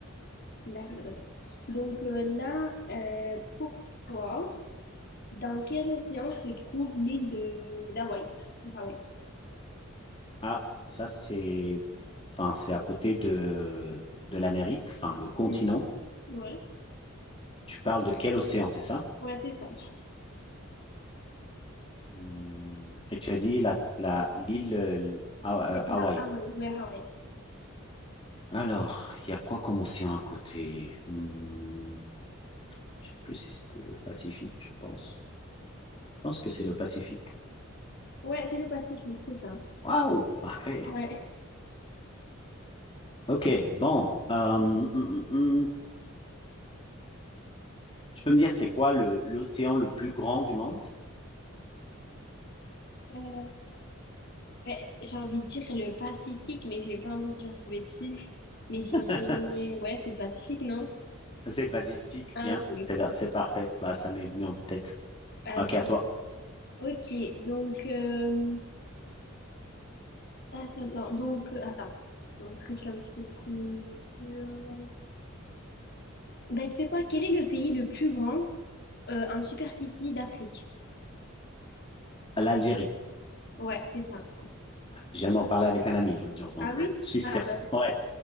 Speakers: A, on the left; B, on the left.
A: D'accord, d'accord. Donc euh, là, euh, pour toi, dans quel océan se trouve l'île de d'Hawaï? De Hawaï.
B: Ah, ça c'est, enfin c'est à côté de de l'Amérique, enfin le continent.
A: Mhm. Ouais,
B: Tu parles de quel océan, c'est ça?
A: ouais, c'est ça.
B: Hum, Et tu as dit la la l'île euh, Ha-
A: Ouais,
B: euh, Hawaï.
A: Ha- Hawaï, ouais, Hawaï.
B: Alors, il y a quoi comme océan à côté? Hum, Je ne sais plus si c'était le Pacifique, je pense. Je pense que c'est le Pacifique.
A: Ouais, c'est le Pacifique, c'est ça.
B: Waouh, parfait.
A: Ouais.
B: Ok, bon. euh, mm, mm, mm. tu peux me dire c'est quoi le- l'océan le plus grand du monde?
A: Euh, Ouais, j'ai envie de dire le Pacifique, mais j'ai pas envie de dire de bêtises. Mais j'irais,
B: <laughs>
A: ouais, c'est le Pacifique, non?
B: C'est le Pacifique,
A: Ah,
B: bien.
A: ok.
B: C'est c'est parfait. Bah, ça m'est venu en tête.
A: Pacifique.
B: Ok, à toi.
A: Ok, donc, euh, attends, attends, donc, euh, attends, un truc un petit peu plus dur. Bah, tu sais quoi, quel est le pays le plus grand euh, en superficie d'Afrique?
B: L'Algérie.
A: Ouais, c'est ça.
B: Je viens d'en parler avec un ami l'autre jour, donc
A: Ah oui?
B: <laughs> je suis sûr.
A: Ah bah,
B: Ouais,